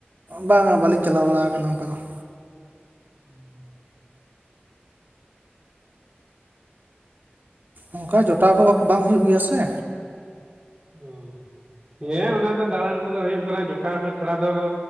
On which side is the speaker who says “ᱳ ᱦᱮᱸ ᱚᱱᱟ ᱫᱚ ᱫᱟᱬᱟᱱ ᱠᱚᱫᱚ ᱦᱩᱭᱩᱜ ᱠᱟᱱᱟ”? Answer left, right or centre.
Right